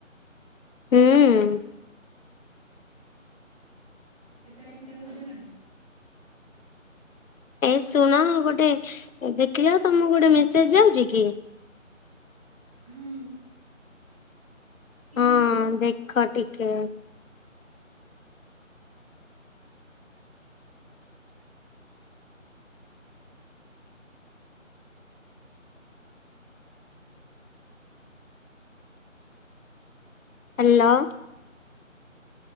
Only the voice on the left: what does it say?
ହୁଁ।
ଏ ଶୁଣ ଗୋଟେ ଦେଖିଲଅ ତମକୁ ଗୋଟେ ମେସେଜ ଯାଉଛି କି।
ହଁ
ଦେଖ ଟିକେ। ହ୍ୟାଲୋ।